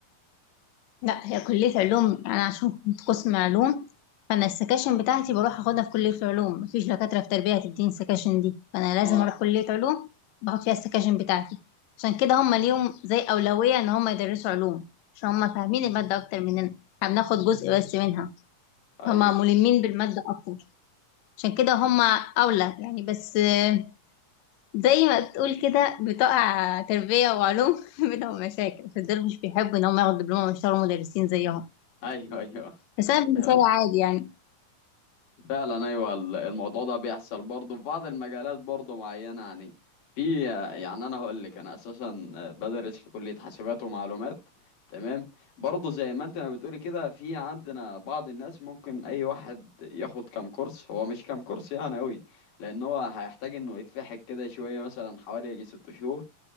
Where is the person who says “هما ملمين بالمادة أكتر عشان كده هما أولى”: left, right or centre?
Left